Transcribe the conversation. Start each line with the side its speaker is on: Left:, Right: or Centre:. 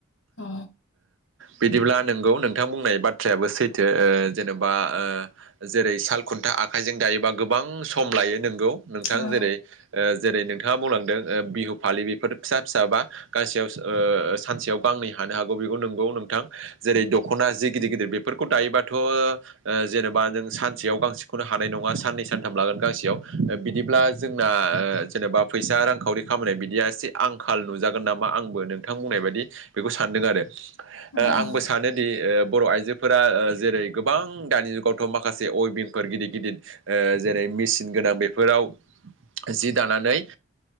Left: औ
Right: बिदिब्ला नोंगौ नोंथां बुंनाय बाथ्रायाबो सैथो जेन'बा जेरै साल खुन्था आखाइजों जायोबा गोबां सम लायो नोंगौ नोंथां
Left: उम
Right: जेरै जेरै नोंथाङा बुंलांदों बिहु फालि बेफोर फिसा फिसाबा गांसेयाव सानसेयाव गांनै हानो हागौ बेखौ नोंगौ नोंथां जेरै दख'ना जि गिदिर गिदिर बे फोरखौ दायोबाथ' ओ- जेनेबा नों सानसेयाव गांसेखौनो हानाय नङा साननै सानथाम लागोन गांसेयाव बिदिब्ला जोंना ओ- जेनेबा फैसा रांखावरि खामनाय बिदिया एसे आंखाल नुज जागोन नामा आंबो नोंथां बुंनाय बायदि बेखौ सानदों आरो
Left: उम
Right: आंबो सानो दि ओ- बर' आइजोफोरा ओ- जेरै गोबां दानि जुगावथ' माखासे अइभिंफोर गिदिर गिदिर ओ- जेरै मेचन गोनां बेफोराव जि दानानै ओ-